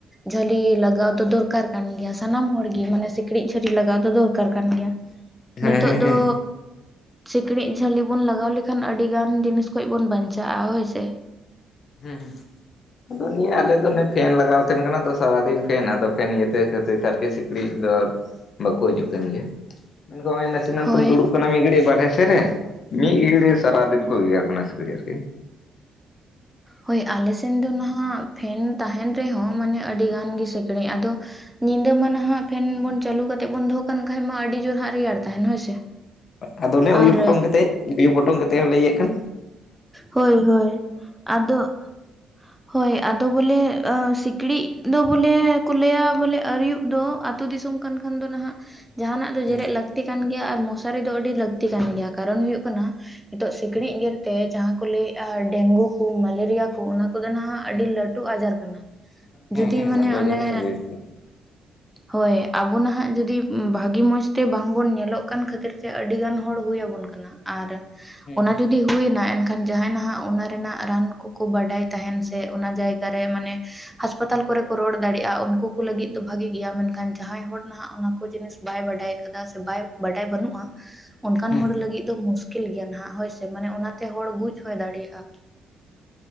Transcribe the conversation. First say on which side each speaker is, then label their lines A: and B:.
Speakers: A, in the centre; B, on the left.
A: ᱡᱷᱟᱹᱞᱤ ᱞᱟᱜᱟᱣ ᱫᱚ ᱫᱚᱨᱠᱟᱨ ᱠᱟᱱ ᱜᱮᱭᱟ ᱥᱟᱱᱟᱢ ᱦᱚᱲ ᱜᱮ ᱢᱟᱱᱮ ᱥᱤᱠᱬᱤᱡ ᱡᱷᱟᱹᱞᱤ ᱞᱟᱜᱟᱣ ᱫᱚ ᱫᱚᱨᱠᱟᱨ ᱠᱟᱱ ᱜᱮᱭᱟ
B: <unintelligible>
A: ᱱᱤᱛᱚᱜ ᱫᱚ
B: ᱦᱮᱸ
A: ᱥᱤᱠᱬᱤᱡ ᱡᱷᱟᱹᱞᱤ ᱵᱚᱱ ᱞᱟᱜᱟᱣ ᱞᱮᱠᱷᱟᱱ ᱟᱹᱰᱤ ᱜᱟᱱ ᱡᱤᱱᱤᱥ ᱠᱷᱚᱡ ᱵᱚᱱ ᱵᱟᱧᱪᱟᱜᱼᱟ ᱦᱳᱭ ᱥᱮ
B: ᱦᱩᱸ ᱟᱫᱚ ᱱᱤᱭᱟᱹ ᱟᱞᱮ ᱫᱚ ᱚᱱᱮ ᱯᱷᱮᱱ ᱞᱟᱜᱟᱣ ᱛᱟᱸᱦᱮᱱ ᱠᱟᱱᱟ ᱛᱚ ᱥᱟᱨᱟᱫᱤᱱ ᱯᱷᱮᱱ ᱟᱫᱚ ᱯᱷᱮᱱ ᱤᱭᱟᱹᱛᱮ ᱠᱷᱟᱹᱛᱤᱨ ᱛᱮ ᱟᱨᱠᱤ ᱥᱤᱠ ᱥᱤᱠᱲᱤᱡ ᱫᱚ ᱵᱟᱠᱚ ᱦᱤᱡᱩᱜ ᱠᱟᱱ ᱜᱮᱭᱟ ᱢᱮᱱᱠᱚ ᱱᱚᱜᱼᱚᱭ ᱱᱟᱥᱮ
A: ᱦᱳᱭ
B: ᱫᱩᱲᱩᱵ ᱠᱟᱱᱟ ᱢᱤᱫ ᱜᱷᱟᱹᱲᱤᱡ ᱵᱟᱨᱦᱮ ᱥᱮᱫ ᱨᱮ ᱢᱤᱫ ᱜᱷᱟᱲᱤ ᱥᱟᱨᱟ ᱫᱤᱱ ᱠᱚ ᱜᱮᱜᱮᱨ ᱠᱟᱱᱟ ᱥᱤᱠᱲᱤᱡ ᱟᱨᱠᱤ
A: ᱦᱳᱭ ᱟᱞᱮ ᱥᱮᱱ ᱫᱚ ᱱᱟᱦᱟᱜ ᱯᱷᱮᱱ ᱛᱟᱸᱦᱮᱱ ᱨᱮᱦᱚᱸ ᱢᱟᱱᱮ ᱟᱹᱰᱤ ᱜᱟᱱ ᱜᱮ ᱥᱤᱠᱲᱤᱡ ᱟᱫᱚ ᱧᱤᱫᱟᱹ ᱢᱟ ᱱᱟᱦᱟᱜ ᱯᱷᱮᱱ ᱵᱚᱱ ᱪᱟᱹᱞᱩ ᱠᱟᱛᱮᱜ ᱵᱚᱱ ᱫᱚᱦᱚ ᱠᱟᱱ ᱠᱷᱟᱡ ᱢᱟ ᱟᱹᱰᱤ ᱡᱳᱨ ᱦᱟᱸᱜ ᱨᱮᱭᱟᱲ ᱛᱟᱸᱦᱮᱱ ᱦᱳᱭ ᱥᱮ
B: ᱟᱫᱚ ᱚᱱᱮ ᱩᱭᱩ
A: ᱟᱨ
B: ᱯᱚᱴᱚᱢ ᱠᱟᱛᱮᱫ ᱩᱭᱩ ᱯᱚᱴᱚᱢ ᱠᱟᱛᱮᱫ ᱦᱚᱸᱞᱮ ᱤᱭᱟᱹᱜ ᱠᱟᱱ
A: ᱦᱳᱭ ᱦᱳᱭ ᱟᱫᱚᱜ ᱦᱳᱭ ᱟᱫᱚ ᱵᱚᱞᱮ ᱥᱤᱠᱬᱤᱡ ᱫᱚ ᱵᱚᱞᱮ ᱠᱚ ᱞᱟᱹᱭᱟ ᱵᱚᱞᱮ ᱟᱹᱭᱩᱵ ᱫᱚ ᱟᱹᱛᱩ ᱫᱤᱥᱚᱢ ᱠᱟᱱ ᱠᱷᱟᱱ ᱫᱚ ᱱᱟᱦᱟᱜ ᱡᱟᱸᱦᱟᱱᱟᱜ ᱫᱚ
B: ᱦᱮᱸ
A: ᱡᱮᱨᱮᱫ ᱞᱟᱹᱠᱛᱤ ᱠᱟᱱ ᱜᱮᱭᱟ ᱟᱨ ᱢᱚᱥᱟ ᱢᱚᱥᱟᱨᱤ ᱫᱚ ᱟᱹᱰᱤ ᱞᱟᱹᱠᱛᱤ ᱠᱟᱱ ᱜᱮᱭᱟ ᱠᱟᱨᱚᱱ ᱦᱩᱭᱩᱜ ᱠᱟᱱᱟ ᱱᱤᱛᱚᱜ ᱥᱤᱠᱲᱤᱡ ᱜᱮᱨ ᱛᱮ ᱡᱟᱦᱟᱸ ᱠᱚ ᱞᱟᱹᱭ ᱟᱨ ᱰᱮᱝᱜᱩ ᱠᱚ ᱢᱮᱞᱮᱨᱤᱭᱟ ᱠᱚ ᱚᱱᱟ ᱠᱚᱫᱚ ᱱᱟᱦᱟᱜ
B: ᱦᱮᱸ
A: ᱟᱹᱰᱤ ᱞᱟᱹᱴᱩ ᱟᱡᱟᱨ ᱠᱟᱱᱟ
B: ᱦᱮᱸ
A: ᱡᱩᱫᱤ
B: ᱦᱮᱸ
A: ᱢᱟᱱᱮ
B: ᱞᱟᱴᱩ ᱟᱡᱟᱨ
A: ᱚᱱᱮ
B: ᱢᱟ <unintelligible>
A: ᱦᱳᱭ ᱟᱵᱚ ᱱᱟᱦᱟᱜ ᱡᱩᱫᱤ ᱵᱷᱟᱹᱜᱤ ᱢᱚᱸᱡᱽᱛᱮ ᱵᱟᱝ ᱵᱚᱱ ᱧᱮᱞᱚᱜ ᱠᱟᱱ ᱠᱷᱟᱹᱛᱤᱨ ᱛᱮ ᱟᱹᱰᱤ ᱜᱟᱱ ᱦᱚᱲ ᱦᱩᱭ ᱟᱵᱚᱱ ᱠᱟᱱᱟ ᱟᱨ ᱚᱱᱟ
B: ᱦᱮᱸ
A: ᱡᱩᱫᱤ ᱦᱩᱭ ᱱᱟ ᱮᱱᱠᱷᱟᱱ ᱡᱟᱦᱟᱸᱭ ᱱᱟᱦᱟᱜ ᱚᱱᱟ ᱨᱮᱱᱟᱜ ᱨᱟᱱ ᱠᱚᱠᱚ ᱵᱟᱰᱟᱭ ᱛᱟᱸᱦᱮᱱ ᱥᱮ ᱚᱱᱟ ᱡᱟᱭᱜᱟ ᱨᱮ ᱢᱟᱱᱮ ᱦᱟᱸᱥᱯᱟᱛᱟᱞ ᱠᱚᱨᱮ ᱠᱚ ᱨᱚᱲ ᱫᱟᱲᱮᱭᱟᱜᱼᱟ ᱩᱱᱠᱩ ᱠᱚ ᱞᱟᱹᱜᱤᱫ ᱫᱚ ᱵᱷᱟᱹᱜᱤ ᱜᱮᱭᱟ ᱢᱮᱱ ᱠᱷᱟᱱ ᱡᱟᱦᱟᱸᱭ ᱦᱚᱲ ᱱᱟᱦᱟᱜ ᱚᱱᱟ ᱠᱚ ᱡᱤᱱᱤᱥ ᱵᱟᱭ ᱵᱟᱰᱟᱭ ᱠᱟᱫᱟ ᱥᱮ ᱵᱟᱭ ᱵᱟᱰᱟᱭ ᱵᱟᱹᱱᱩᱜᱼᱟ ᱾ ᱚᱱᱠᱟᱱ
B: ᱦᱮᱸ
A: ᱦᱚᱲ ᱞᱟᱹᱜᱤᱫ ᱫᱚ ᱢᱩᱥᱠᱤᱞ ᱜᱮᱭᱟ ᱱᱟᱦᱟᱜ ᱦᱳᱭ ᱥᱮ ᱢᱟᱱᱮ ᱚᱱᱟ ᱛᱮ ᱦᱚᱲ ᱵᱩᱡ ᱦᱚᱸᱭ ᱫᱟᱲᱮᱭᱟᱜᱼᱟ ᱾